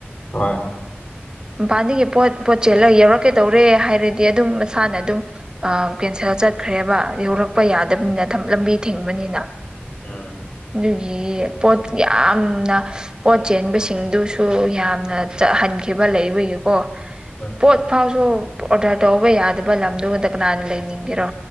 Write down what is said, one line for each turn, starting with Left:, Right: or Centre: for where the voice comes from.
Left: ꯍꯣꯏ꯫
Right: ꯃꯄꯥꯥꯟꯗꯒꯤ ꯄꯣꯠ-ꯄꯣꯠꯆꯦꯜꯂ ꯌꯧꯔꯛꯀꯦꯇꯩꯔꯦ ꯍꯥꯏꯔꯗꯤ ꯑꯗꯨꯝ ꯃꯁꯥꯅ ꯑꯗꯨꯝ ꯑꯥ ꯀꯦꯟꯁꯦꯜ ꯆꯠꯈ꯭ꯔꯦꯕ ꯌꯧꯔꯛꯄ ꯌꯥꯗꯕꯅꯤꯅ ꯂꯝꯕꯤ ꯊꯤꯡꯕꯅꯤꯅ
Left: ꯎꯝ
Right: ꯑꯗꯨꯒꯤ ꯄꯣꯠ ꯌꯥꯝꯅ ꯄꯣꯠ ꯆꯦꯟꯕꯁꯤꯡꯗꯨꯁꯨ ꯌꯥꯝꯅ ꯆꯍꯟꯈꯤꯕ ꯂꯩꯕꯒꯤꯀꯣ
Left: ꯑ
Right: ꯄꯣꯠ ꯐꯥꯎꯁꯨ ꯑꯣꯔꯗꯔ ꯇꯧꯕ ꯌꯥꯗꯕ ꯂꯝꯗꯨꯃꯗ ꯀꯅꯥꯅ ꯂꯩꯅꯤꯡꯒꯦꯔꯣ